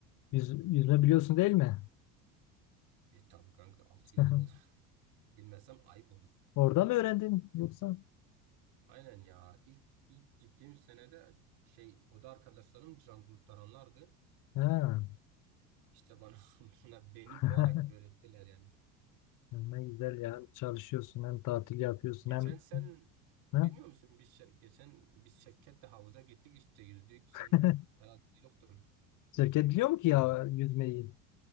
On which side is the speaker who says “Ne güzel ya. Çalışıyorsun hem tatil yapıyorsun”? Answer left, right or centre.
Left